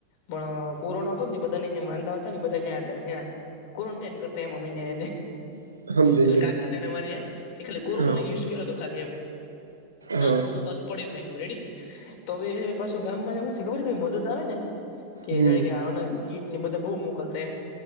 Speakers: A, on the left (about 45°); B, on the right (about 75°).
A: પણ કોરોના. બધાને માંદા હતા ને <unintelligible> ક્વોરન્ટાઈમ કરતા મમ્મીને.
B: હા સમજી
A: એટલે
B: ગયો
A: કાકા ને ખાલી કોરોના
B: હા
A: માં યુઝ કર્યો હતો ખાલી એમ. તા
B: હા
A: તો બધું પાછું. પડી ભાયગું રેડી તો હવે પાછું ગામમાં હું ખબર છે કે મદદ આવે ને. કે
B: હમ
A: જાણે કે અનાજની કીટ ને બધા બહુ મોકલતા એમ